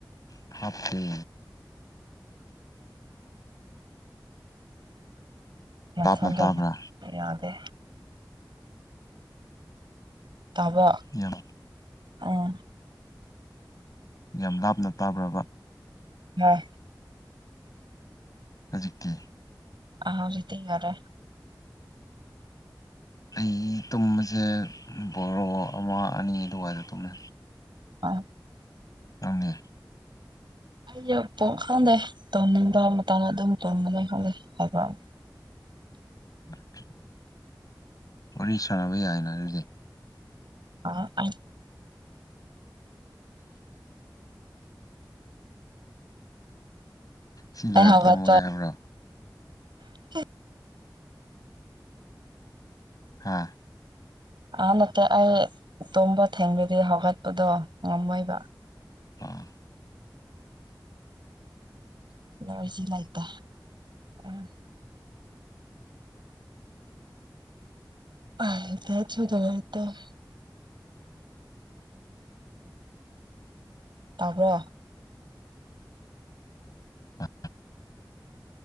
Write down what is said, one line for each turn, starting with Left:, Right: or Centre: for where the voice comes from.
Left: ꯍꯥꯞꯄꯦ
Right: ꯃꯐꯝꯖꯕ
Left: ꯂꯥꯞꯅ ꯇꯥꯕ꯭ꯔꯥ
Right: ꯌꯥꯗꯦ ꯇꯕ
Left: ꯌꯥꯝ
Right: ꯎꯝ
Left: ꯌꯥꯝ ꯂꯥꯞꯅ ꯇꯥꯕ꯭ꯔꯕ
Right: ꯌꯥ
Left: ꯍꯧꯖꯤꯛꯀꯤ
Right: ꯑꯖꯤꯗꯤ ꯌꯥꯔꯦ
Left: ꯑꯩ ꯇꯨꯝꯕꯁꯦ ꯕꯣꯔꯣ ꯑꯃ ꯑꯅꯤ ꯑꯗꯨꯋꯥꯏꯗ ꯇꯨꯝꯃꯦ
Right: ꯍ
Left: ꯊꯪꯃꯦ
Right: ꯑꯩꯁꯨ ꯄ ꯈꯪꯗꯦ ꯇꯧꯅꯤꯡꯕ ꯃꯇꯥꯡꯗ ꯑꯗꯨꯝ ꯇꯣꯡꯒꯅꯤ ꯈꯪꯗꯦ ꯍꯥꯏꯕ ꯑꯃ
Left: ꯏꯝ <inaudible> ꯋꯥꯔꯤ ꯁꯥꯅꯕ ꯌꯥꯏꯅ ꯍꯥꯏꯔꯗꯤ
Right: <unintelligible>
Left: ꯁꯤ
Right: ꯑꯩ
Left: ꯂꯣꯏꯔ
Right: ꯍꯧꯒꯠꯇꯧꯔꯦ
Left: ꯇꯨꯝꯃꯒꯦ ꯍꯥꯏꯕ꯭ꯔꯣ
Right: <inaudible>
Left: ꯍꯥꯥ
Right: ꯑ ꯅꯠꯇꯦ ꯑꯩ ꯇꯨꯝꯝꯕ ꯊꯦꯡꯕꯗꯤ ꯍꯧꯒꯠꯄꯗꯣ ꯉꯝꯃꯣꯏꯕ
Left: ꯑꯝ
Right: <unintelligible> <unintelligible> ꯇꯥꯕ꯭ꯔꯣ
Left: ꯑ